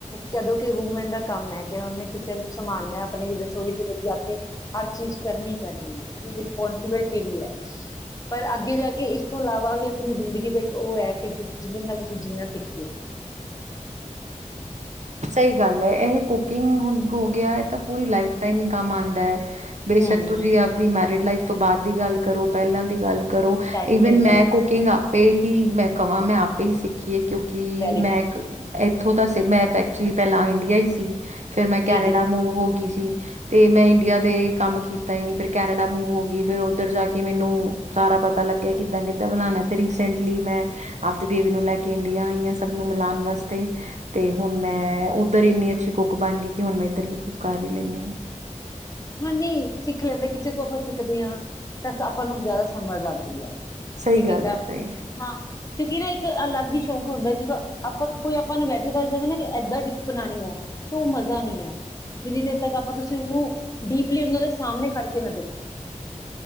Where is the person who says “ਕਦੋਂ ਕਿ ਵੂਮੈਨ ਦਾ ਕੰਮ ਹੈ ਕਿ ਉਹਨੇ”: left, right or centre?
Left